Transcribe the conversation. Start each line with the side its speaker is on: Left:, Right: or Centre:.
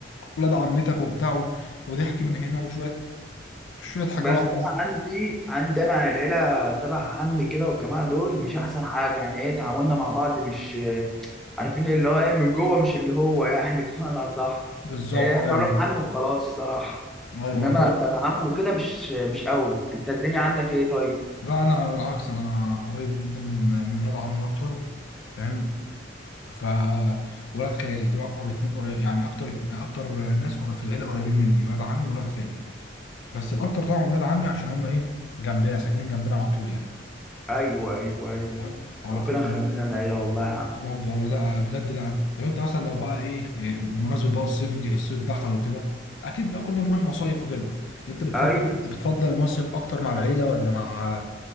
Left: ولاد عمتك وبتاع وضحك من هنا وشوية شوية حاجات
Centre: بس
Left: بقى
Centre: انا عندي عندي انا العيلة تبع عمي كده والجماعة دول مش احسن حاجة يعني ايه تعاملنا مع بعض مش عارفين اللي هو ايه من جوه مش اللي هو يعني <laughs> بمعنى صح
Left: بالظبط
Centre: إيه احنا
Left: ايوه
Centre: ولاد عم وخلاص الصراحة
Left: ايوه
Centre: انما
Left: انت
Centre: كتعامل وكده مش مش قوي انت الدنيا عندك ايه طيب
Left: لا انا بالعكس انا قريب جدا من من ولاد عمي اكتر فاهم ف ولاد خالي دول اقرب اتنين قريب يعني اكتر اتنين اكتر ناس قريب في العيله قريبين مني ولاد عمي وولاد خالي بس الاكتر طبعا ولاد عمي عشان هم ايه جنبنا ساكنين جنبنا على طول يعني
Centre: ايوه ايوه ايوه
Left: فاهم على
Centre: ربنا
Left: طول موجود.
Centre: يخلينا العيلة والله يا عم
Left: يا رب والله ده بجد ده طب انت مثلا لو بقى ايه إيه، بمناسبه بقى الصيف جه- الصيف دخل وكده اكيد بقى كلنا بنروح مصايف وكده انت بتفضل
Centre: ايوه
Left: بتفضل المصيف اكتر مع العيله ولا مع